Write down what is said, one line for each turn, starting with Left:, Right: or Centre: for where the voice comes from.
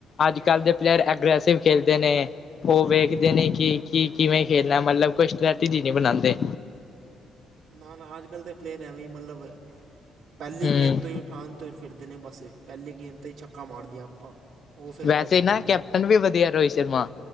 Right: ਹਮ
Left: ਅੱਜ
Right: ਹਮ,
Left: ਕੱਲ ਦੇ ਪਲੇਅਰ ਐਗਰਸਿਵ ਖੇਲਦੇ ਨੇ ਉਹ
Right: ਹਾਂ
Left: ਵੇਖਦੇ ਨੇ ਕਿ ਕੀ ਕਿਵੇਂ ਖੇਲਣਾ ਮਤਲਬ ਕੋਈ ਸਟ੍ਰੈਟਜੀ ਨਹੀਂ ਬਣਾਉਂਦੇ
Right: ਨਾ ਨਾ ਅੱਜ ਕੱਲ੍ਹ ਦੇ ਪਲੇਅਰ ਐਵੇਂ ਹੀ ਮਤਲਬ ਪਹਿਲੀ
Left: ਹਮ
Right: ਗੇਮ ਤੋਂ ਹੀ ਉੱਠ ਉਠਾਣ ਤੋਂ ਹੀ ਫਿਰਦੇ ਨੇ ਬਸ ਪਹਿਲੀ ਗੇਦ ਤੇ ਹੀ ਛੱਕਾ ਮਾਰਦੀ ਆ ਆਪਾਂ। ਉਹ ਫਿਰ
Left: ਵੈਸੇ
Right: ਕੈਚ ਹੋ
Left: ਨਾ
Right: ਜਾਂਦੇ
Left: ਕੈਪਟਨ
Right: ਨੇ
Left: ਵੀ ਵਧੀਆ ਰੋਹਿਤ ਸ਼ਰਮਾ।
Right: ਹੂੰ,